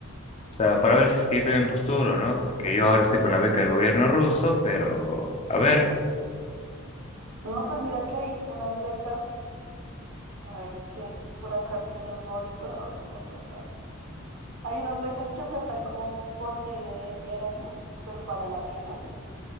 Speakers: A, on the left; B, on the right.
A: O sea, para ver si es que yo también postulo, ¿no? Porque yo ahora estoy con la beca del gobierno ruso, pero a ver.
B: No, pues mira que hay unas becas A ver, es que por acá lo tenía en favorito, ahora se me fue. Bueno, hay unas becas que ofertan como por medio del Erasmus, pero para latinos.